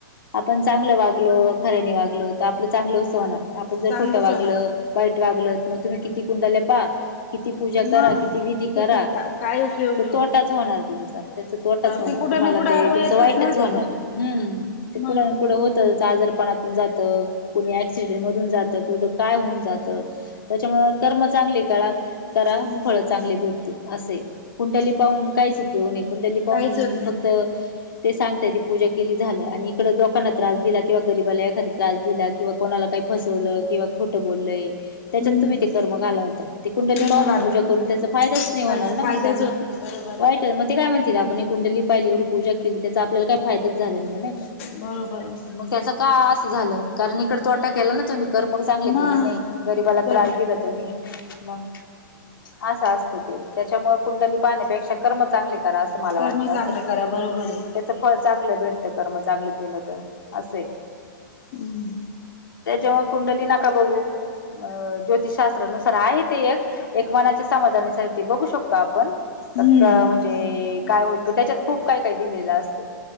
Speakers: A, on the left; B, on the left.
A: आपण चांगलं वागलो खऱ्यानी वागलो तर आपलं चांगलंच होणार आपण जर
B: चांगलंच
A: खोटं वागलं
B: होणार
A: वाईट वागल मग तुम्ही किती कुंडल्या पा किती पूजा
B: मग
A: करा किती विधी
B: किती
A: करा
B: काय उपयोग
A: तर
B: नाही
A: तोटाच
B: होत
A: होणार तुमचा त्याचा तोटाच होणार
B: ते कुठं
A: तुम्हाला
B: ना कुठं
A: ते
B: आडवं
A: तुमचं
B: येतच
A: वाईटच
B: ना त्या
A: होणार
B: गोष्टी
A: हम्म ते कुठं
B: मग
A: ना कुठं होतं आजरपणातून जातं कोणी ऍक्सिडेंट मधून जात कुट काय होऊन जातं त्याच्यामुळ कर्म चांगली कारा करा
B: हम्म
A: फळ चांगले भेटतील असे कुंडली पाहून
B: मग
A: काहीच उपयोग नाही कुंडली पाहून
B: काहीच होत नाही
A: फक्त <inaudible> ते सांगता <inaudible> पूजा केली झालं आणि इकडं लोकांना त्रास दिला किंवा गरीबाला एखादा त्रास दिला किंवा कोणाला काही फसवलं किंवा खोटं बोलय त्याच्यात
B: हम्म
A: तुम्ही ते कर्म <inaudible> घाला होता ते कुंडली
B: कर्म
A: पवनम
B: काढून
A: पूजा करून त्याचा फायदाच
B: काहीच
A: नाही होणार ना
B: फायदाच
A: मग त्यांना
B: होत नाही बरोबर
A: वाईट
B: आहे
A: मग ते काय <inaudible> म्हणतील आपण कुंडली पाहिली एवढी पूजा केली त्याचा आपल्याला काही फायदाच झाला नाही
B: बरोबर आहे
A: मग त्याच काय असं झालं कारण इकड तो तोटा केला ना तुमी तर मग चांगले
B: मग
A: केले नाही गरीबाला
B: कर्म
A: त्रास दिला तुम्ही मग आस असतं ते त्याच्यामुळे कुंडली पाहण्यापेक्षा कर्म चांगले करा अस मला
B: कर्म
A: वाटत अस
B: चांगलं
A: त्याच
B: करा बरोबर आहे.
A: फळ चांगलं भेटत कर्म चांगलं केलं तर असेय
B: हम्
A: त्याच्यामुळे कुंडली नाका बघू अ ज्योतिषशास्त्रानुसार आहे ते एक एक मनाच्या समाधानासाठी बघू शकतो आपण
B: हम्म
A: <inaudible> - म्हणजे काय होईल पण त्याच्यात खूप काय काय दिलेलं असत